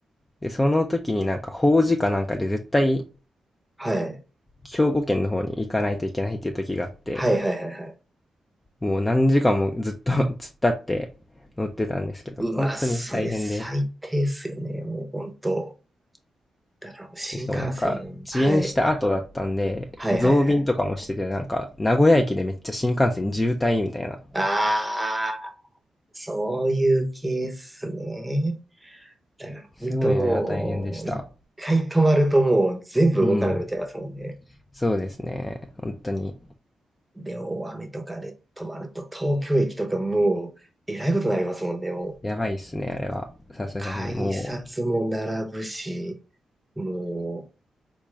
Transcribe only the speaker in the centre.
はい。
はいはいはいはい。
うわ、
それ最低っすよね。もうほんと。だからもう新幹線。
はい。はいはいはい。
あー、そういうケースね。だから本当、
一回止まるともう全部動かなくなっちゃいますもんね。
で、大雨とかで止まると東京駅とかもうえらいことになりますもんね。も
う改札も並ぶし、もう